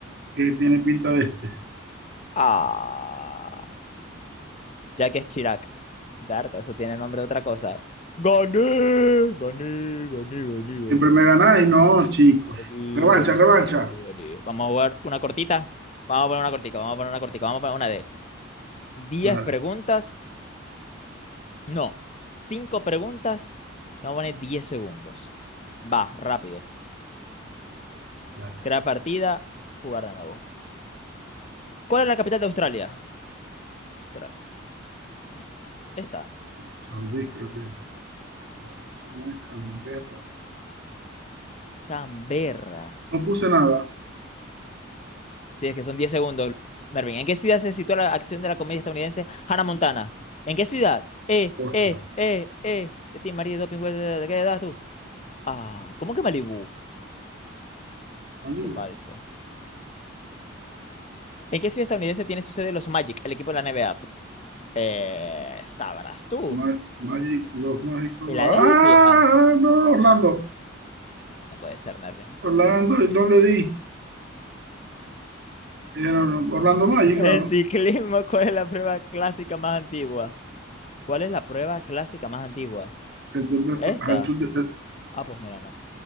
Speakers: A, on the right; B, on the left.
A: que tiene pinta de este.
B: Ah, Jacques Chirac. Berta, eso tiene nombre de otra cosa. Gané, gané, gané, gané,
A: Siempre
B: gané.
A: me ganáis, no, chicos.
B: Ari,
A: Revancha,
B: Ari,
A: revancha.
B: Ari, Ari. Vamos a jugar una cortita. Vamos a poner una cortica, vamos a poner una cortica, vamos a poner una de diez
A: Dale,
B: preguntas. No, 5 preguntas. Vamos a poner 10 segundos. Va, rápido.
A: dale.
B: Crear partida, jugar de nuevo. ¿Cuál es la capital de Australia? Ostras. es- Esta.
A: San Luis, creo que. No, que si no es Canberra.
B: Canberra.
A: No puse nada.
B: Sí, es que son 10 segundos. Mervin, ¿en qué ciudad se sitúa la acción de la comedia estadounidense Hannah Montana? ¿En qué ciudad? Eh,
A: Boston.
B: eh, eh, eh. De ti, María, doping, ¿de qué edad tú? Ah, ¿cómo que Malibu?
A: Malibu.
B: Qué falso. ¿En qué ciudad estadounidense tiene su sede los Magic, el equipo de la NBA? Eh, sabrás tú.
A: Ma- Magic, los mágicos.
B: ¿Filadelfia?
A: Ah, no, Orlando.
B: No puede ser, Mervin.
A: Orlando, y no le di. Era Orlando Magic,
B: En
A: claro.
B: ciclismo, ¿cuál es la prueba clásica más antigua? ¿Cuál es la prueba clásica más antigua?
A: El tour de, Fra-
B: ¿Esta?
A: al tour de, eh,
B: Ah, pues mira, no.